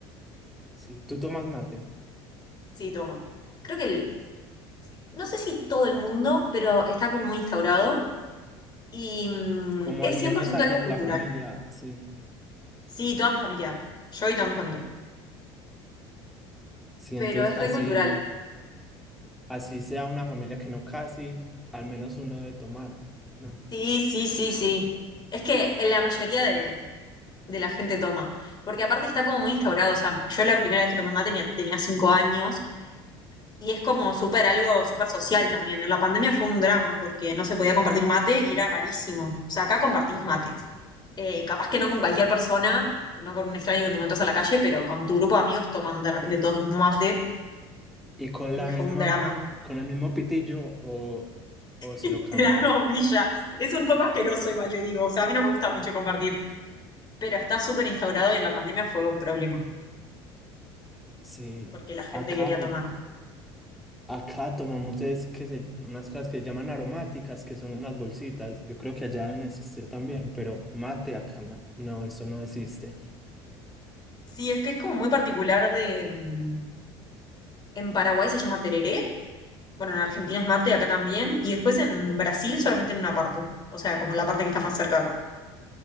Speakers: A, in the centre; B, on the left.
A: Sí, tú tomas mate,
B: Sí, tomo. Creo que el- no sé si todo el mundo, pero está como muy instaurado y mm,
A: como
B: es
A: al
B: cien
A: menos
B: por ciento
A: alguien
B: algo
A: de
B: cultural.
A: la familia, sí.
B: Sí, toda mi familia. Yo y toda mi familia.
A: Sí,
B: Pero
A: entonces
B: es re
A: así,
B: cultural.
A: así sea una familia que no casi, al menos uno debe tomar, ¿no?
B: Sí, sí, sí, sí. Es que la mayoría de, de la gente toma. Porque aparte está como muy instaurado. O sea, yo la primera vez que tomé mate tenía, tenía cinco años Y es como súper algo súper social también. En la pandemia fue un drama porque no se podía compartir mate y era rarísimo. O sea, acá compartís mate. Eh, capaz que no con cualquier persona, no con un extraño que te encontrás a la calle, pero con tu grupo de amigos toman de repente todos el mismo mate
A: Y con
B: y
A: la
B: fue
A: misma,
B: un drama.
A: con el mismo pitillo o, o se
B: <laughs>
A: lo cambian.
B: Era una bombilla. Es un poco asqueroso, igual te digo. O sea, a mí no me gusta mucho compartir, pero está súper instaurado y en la pandemia fue un problema
A: Sí,
B: porque la gente
A: acá,
B: quería tomar.
A: acá tomamos es que se- unas cosas que llaman aromáticas, que son unas bolsitas. Yo creo que allá deben existir también, pero mate acá no, no, eso no existe.
B: Sí, es que es como muy particular de... mm, En Paraguay se llama tereré Bueno, en Argentina es mate, acá también. Y después en Brasil solamente en una parte. O sea, como la parte que está más cerca acá.